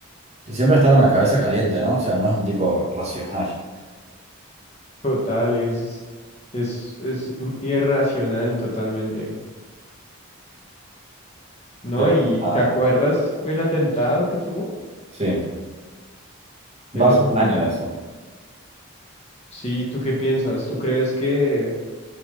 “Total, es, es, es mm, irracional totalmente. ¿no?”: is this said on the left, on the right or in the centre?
Left